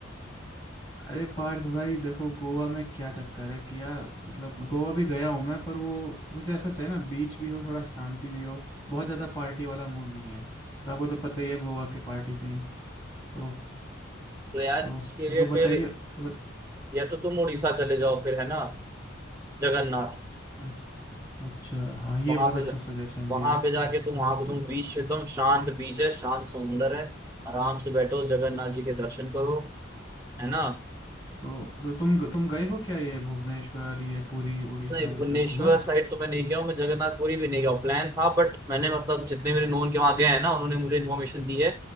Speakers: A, on the left; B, on the right.
A: अरे पार्थ भाई देखो गोवा में क्या चक्कर है कि यार मतलब गोवा भी गया हूँ मैं पर वो मुझे ऐसा चाहिए ना बीच भी हो थोड़ा शांति भी हो बहुत ज़्यादा पार्टी वाला मूड नहीं है तो आपको तो पता ही है गोवा के पार्टी सीन तो
B: तो यार
A: तो
B: इसके
A: तो,
B: लिए
A: तो बताइए
B: फिर
A: तो बत,
B: या तो तुम उड़ीसा चले जाओ फिर है ना जगन्नाथ
A: अ- अच्छा हाँ ये
B: वहां
A: बहुत
B: पे
A: अच्छा
B: जा
A: सजेशन
B: वहां
A: दिया
B: पे जाके तुम वहां पे
A: तो
B: तुम बीच एकदम शांत बीच है शांत समुंदर है आराम से बैठो जगन्नाथ जी के दर्शन करो है ना
A: तो तो तुम तुम गए हो क्या ये भुवनेश्वर ये पुरी उड़ीसा
B: नहीं भुवनेश्वर
A: ये सब घुमा है
B: साइड तो मैं नहीं गया हूँ मैं जगन्नाथपुरी भी नहीं गया हूँ, प्लान था बट मैंने मतलब जितने मेरे नोन के वहां गए हैं ना उन्होंने मुझे इन्फॉर्मेशन दी है